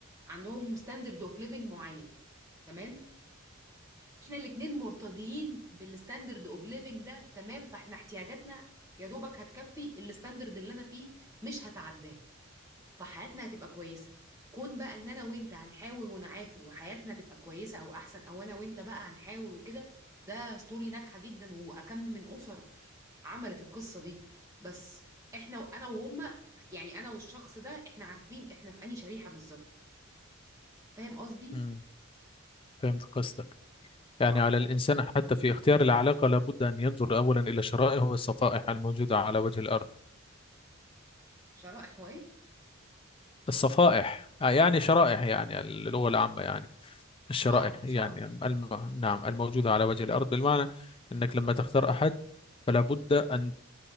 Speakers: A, on the right; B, on the left.
A: عندهم ستاندرد اوف ليفنج معين تمام احنا الاتنين مرتضيين بالستاندرد اوف ليفنج ده تمام فاحنا احتياجاتنا يا دوبك هتكفي الستاندرد اللي انا فيه مش هتعداه فحياتنا هتبقى كويسه كون بقى ان انا وانت هنحاول ونعافر وحياتنا تبقى كويسه او احسن او انا وانت بقى هنحاول وكده ده ستوري ناجحه جدا واكم من اسر عملت القصه دي بس احنا انا وهما يعني انا والشخص ده احنا عارفين احنا في انهي شريحه بالظبط فاهم قصدي
B: مم. فهمت قصدك يعني
A: اه
B: على الإنسان حتى في اختيار العلاقة لابد أن ينظر أولا إلى شرائح والصفائح الموجودة على وجه الأرض
A: شرائح وايه
B: الصفائح آه، يعني شرائح يعني اللغة العامة يعني الشرائح
A: اه شرائح
B: يعني الم... نعم الموجودة على وجه الأرض بالمعنى أنك لما تختار أحد فلا بد أن